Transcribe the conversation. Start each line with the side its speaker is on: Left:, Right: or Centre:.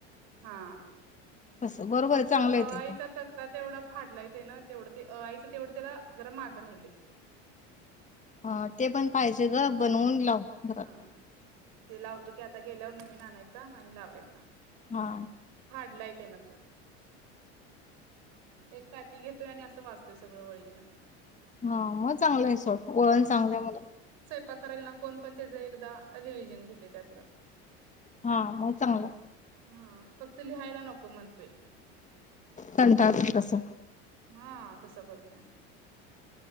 Right: हा
Left: तसं बरोबर
Right: फक्त
Left: आहे चांगलं
Right: अ
Left: आहे ते
Right: आईचा
Left: पण
Right: तकता तेवढा फाडला येते ना तेवढं ते आईच तेवढे त्याला जरा माग राहिले
Left: हा ते पण पाहिजे ग बनवून लाव घरात
Right: हा ते लावतो की आता गेल्यावर नवीन आणायचा आणि लावायचा
Left: हा
Right: डलाय ना तो एक काठी घेतोय आणि असं वाचतोय सगळं वळीनं
Left: हा मग चांगलं आहे सो वओळण चांगलंय मुलाला
Right: प कला ना कोण पण त्याच एकदा रिव्हजन घेते त्यातलं
Left: हा मग चांगलं आहे
Right: हा फक्त लिहायला नको म्हणतोय
Left: कंटाळत तसं
Right: हा तसं करतोय